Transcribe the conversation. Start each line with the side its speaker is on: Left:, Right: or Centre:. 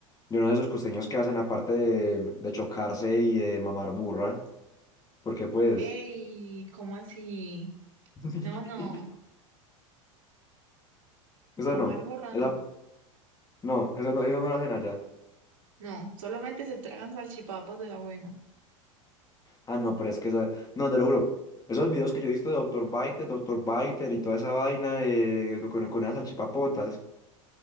Left: Yo no sé esos costeños que hacen aparte de, de chocarse y de mamar burra, porque pues,
Right: Ey, ¿cómo así?
Left: <laughs>
Right: No, no,
Left: eso
Right: no,
Left: no,
Right: burra,
Left: esa-
Right: no.
Left: no, eso no, eso no lo hacen allá.
Right: No, solamente se tragan salchipapas de la buena.
Left: Ah, no, pero es que esa, no, te lo juro, esos videos que yo he visto de doctor Biter, doctor Biter y toda esa vaina de, con, con esas salchipapotas.